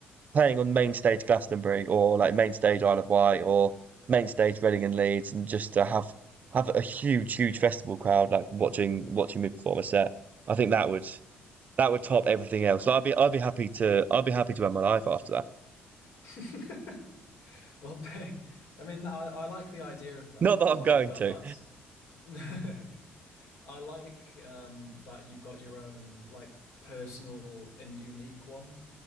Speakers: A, on the right; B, on the left.
A: playing on main stage Glastonbury or like main stage Isle of Wight or main stage Reading and Leeds, and just to have have a huge huge festival crowd like watching watching me perform a set. I think that would that would top everything else. Like, I'd be I'd be happy to I'd be happy to end my life after that.
B: <laughs> Well, <laughs> I mean, I, I like the idea of that.
A: Not that
B: I
A: I'm
B: like
A: going
B: that
A: to.
B: that's <laughs> I like um, that you've got your own like personal and unique one